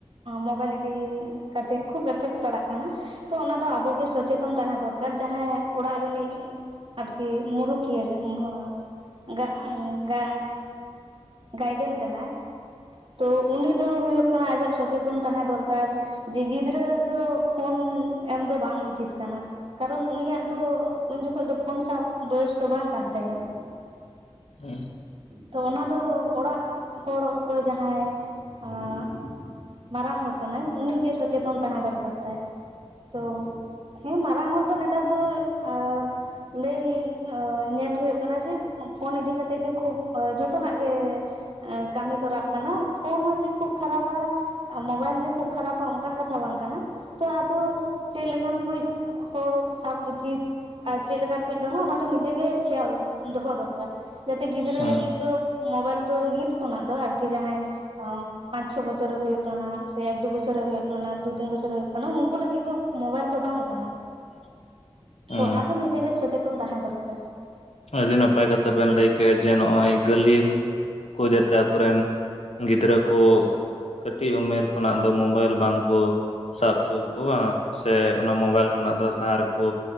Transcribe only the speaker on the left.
ᱦᱮᱸ ᱾
ᱦᱩᱸ
<inaudible> ᱦᱩᱸ
ᱟᱹᱰᱤ ᱱᱟᱯᱟᱭ ᱠᱟᱛᱷᱟ ᱵᱮᱱ ᱞᱟᱹᱭ ᱠᱮᱫ ᱮᱜᱼᱟ ᱡᱮ ᱱᱚᱜᱼᱚᱭ ᱜᱟᱹᱞᱤᱢ ᱠᱩ ᱡᱟᱛᱮ ᱟᱠᱚᱨᱮᱱ ᱜᱤᱫᱽᱨᱟᱹ ᱠᱚ ᱠᱟᱹᱴᱤᱡ ᱩᱢᱮᱨ ᱠᱷᱚᱱᱟᱜ ᱫᱚ ᱢᱳᱵᱟᱭᱤᱞ ᱵᱟᱝᱠᱚ ᱥᱟᱵ ᱦᱚᱪᱚ ᱠᱚᱼᱟ ᱥᱮ ᱚᱱᱟ ᱢᱳᱵᱟᱭᱤᱞ ᱠᱷᱚᱱᱟᱜ ᱫᱚ ᱥᱟᱦᱟ ᱨᱮᱠᱚ